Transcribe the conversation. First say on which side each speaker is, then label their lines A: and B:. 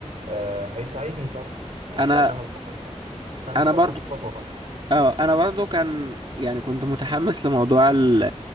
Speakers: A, on the right; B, on the right.
A: آه، هيساعدني طبعا يعني
B: انا
A: ده اللي انا بفكر بعد بعد
B: انا
A: كده
B: برضو
A: اخد خطوه بقى
B: اه انا برضو كان يعني كنت متحمس لموضوع ال-